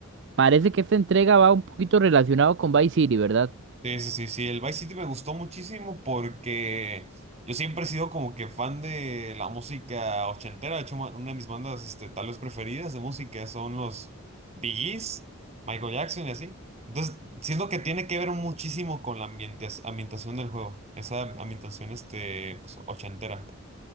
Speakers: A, on the right (about 55°); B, on the right (about 30°).
A: Parece que esta entrega va un poquito relacionado con Vice City, ¿verdad?
B: Sí, sí, sí, sí, el Vice City me gustó muchísimo porque yo siempre he sido como que fan de la música ochentera, de hecho ma- una de mis bandas este, tal vez preferidas de música son los Bee Gees, Michael Jackson y así. Entonces, siento que tiene que ver muchísimo con la ambientas- ambientación del juego, esa ambientación este, pues, ochentera.